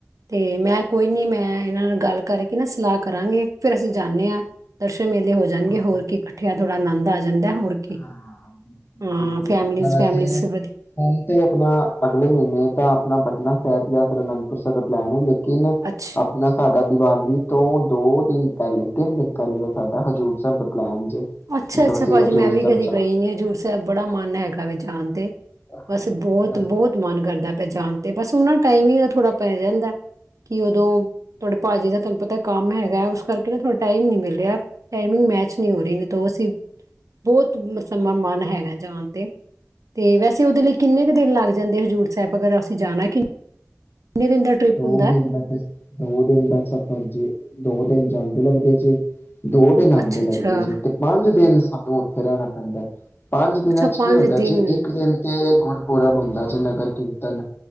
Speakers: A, on the right (about 80°); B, on the left (about 40°).
A: ਤੇ ਮੈਂ ਕੋਈ ਨੀ ਮੈਂ ਇਹਨਾਂ ਨਾਲ ਗੱਲ ਕਰਕੇ ਨਾ ਸਲਾਹ ਕਰਾਂਗੇ ਫੇਿਰ ਅਸੀਂ ਜਾਂਦੇ ਹਾਂ ਦਰ ਮੇਲੇ ਹੋ ਜਾਣਗੇ
B: ਹਾਂ,
A: ਹੋਰ ਕੀ ਇਕੱਠੇ ਥੋੜਾ ਆਨੰਦ ਆ ਜਾਂਦਾ
B: ਅਤੇ-
A: ਹੋਰ ਕੀ
B: ਹਾਂ। ਬਿਲਕੁਲ
A: ਹਾਂ
B: ਬਿਲਕੁਲ।
A: ਫੈਮਲੀ
B: ਮਤਲਬ ਵੈਸੇ
A: ਫੈਮ ਵਧਆ
B: ਹੁਣ ਤੇ ਆਪਣਾ ਅਗਲੇ ਮਹੀਨੇ ਤਾਂ ਆਪਣਾ ਪਟਨਾ ਸਾਹਿਬ ਜਾ ਕਰਨ ਉਸ ਦਾ ਪਲੈਨ ਹੈ ਲੇਕਿਨ
A: ਅੱਛਾ,
B: ਆਪਣਾ ਸਾਡਾ ਦੀਵਾਲੀ ਤੋਂ ਦੋ- ਦਿਨ ਪਹਿਲੇ ਤਿੰਨ- ਦਿਨ ਪਹਿਲੇ ਦਾ ਸਾਡਾ ਹਜ਼ੂੂਰ ਸਰ ਦਾ ਪਲੈਨ ਜੇ
A: ਅੱਛਾ,
B: ਮਤਲਬ
A: ਅੱਛਾ
B: ਅਸੀਂ
A: ਭਾਜੀ
B: ਹਜ਼ੂਰ
A: ਮੈਂ ਵੀ
B: ਸਾਹਿਬ
A: ਕਦੇ
B: ਜਾਣਾ।
A: ਗਈ ਨੀ ਹਜ਼ੂਰ ਸਾਹਿਬ ਬੜਾ ਮਨ ਹੈਗਾ ਵ ਜਾਣ ਤੇ
B: ਹਾਂ
A: ਬਸ, ਬਹੁਤ,
B: ਤੇ ਬਸ
A: ਬਹੁਤ ਮਨ ਕਰਦਾ ਪ ਜਾਣ ਤੇ ਬਸ ਉਹਨਾਂ ਟਾਈਮਿੰਗ ਦਾ ਥੋੜਾ ਪੈ ਜਾਂਦਾ ਕਿ ਉਦੋਂ ਤੁਹਾਡੇ ਭਾਜੀ ਦਾ ਤੁਹਾਨੂੰ ਪਤਾ ਕੰਮ ਹੈਗਾ, ਉਸ ਕਰਕੇ ਨਾ ਥੋੜਾ ਟਾਈਮ ਨੀ ਮਿਲ ਰਿਹਾ, ਟਾਈਮਿੰਗ ਮੈਚ ਨੀ ਹੋ ਰਹੀ ਤੋਂ ਅਸੀਂ, ਬਹੁਤ ਮਤਲਬ ਮਨ ਹੈਗਾ ਜਾਣ ਤੇ ਤੇ ਵੈਸੇ ਉਹਦੇ ਲਈ ਕਿੰਨੇ ਕੁ ਦਿਨ ਲੱਗਦੇ ਜਾਂਦੇ ਹਜ਼ੂਰ ਸਾਹਿਬ ਅਗਰ ਅਸੀਂ ਜਾਣਾ ਕਿੰਨੇ ਦਿਨ ਦਾ ਟ੍ਰਿਪ
B: ਦੋ-
A: ਹੁੰਦਾ ਹੈ?
B: ਦਿਨ ਦਾ ਦੋ- ਦਿਨ ਦਾ ਸਫ਼ਰ ਜੇ ਦੋ ਦਿਨ ਜਾਂਦੇ ਲੱਗਦੇ ਜੇ ਦੋ- ਦਿਨ ਆਉਂਦੇ
A: ਅੱਛਾ ਅੱਛਾ
B: ਲੱਗਦੇ ਜੀ ਤੇ ਪੰਜ- ਦਿਨ ਸਾਨੂੰ ਉੱਥੇ ਰਹਿਣਾ ਪੈਂਦਾ, ਪੰਜ- ਦਿਨਾਂ
A: ਅੱਛਾ
B: ਚ ਕੀ ਹੁੰਦਾ
A: ਦਿਨ
B: ਜੀ ਇੱਕ ਦਿਨ ਤੇ ਗੁਰਪੁਰਬ ਹੁੰਦਾ ਜੇ ਨਗਰ ਕੀਰਤਨ